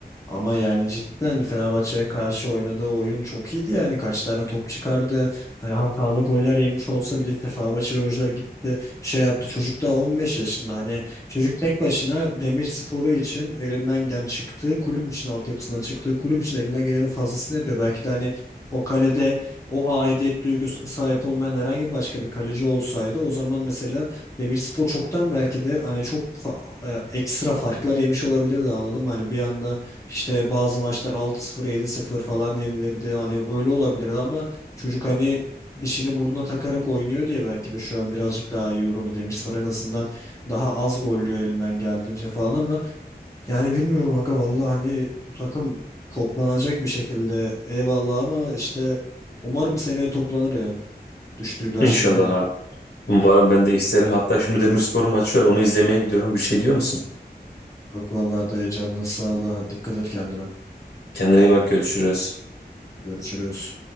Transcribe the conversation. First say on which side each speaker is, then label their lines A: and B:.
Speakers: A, on the left; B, on the left.
A: ama yani cidden Fenerbahçe'ye karşı oynadığı oyun çok iyiydi yani kaç tane top çıkardı. Hani hatalı goller yemiş olsa bile Fenerbahçeli oyuncular gitti şey yaptı çocuk daha 15 yaşında hani çocuk tek başına Demirspor'u için elinden gelen çıktığı kulüp için altyapısından çıktığı kulüp için elinden gelenin fazlasını yapıyor. Belki de hani o kalede o aidiyet duygusu sahip olmayan herhangi başka bir kaleci olsaydı o zaman mesela Demirspor çoktan belki de hani çok fa- e, ekstra farklar yemiş olabilirdi anladın mı? Hani bir anda işte bazı maçlar altı sıfır yedi sıfır falan yenilirdi. Hani öyle olabilirdi ama çocuk hani dişini burnuna takarak oynuyor diye belki de şu an birazcık daha iyi durumda Demirspor en azından daha az gollüyor elinden geldiğince falan ama yani bilmiyorum aga vallahi hani bu takım toplanacak bir şekilde eyvallah ama işte umarım seneye toplanır ya. Düştüler
B: İnşallah
A: şimdi ya.
B: abi. Umarım ben de isterim. Hatta şimdi Demirspor'un maçı var. Onu izlemeye gidiyorum. Bir şey diyor musun?
A: Bak vallahi dayı canına sağlığı. Hadi dikkat et kendine.
B: Kendine iyi bak. Görüşürüz.
A: Görüşürüz.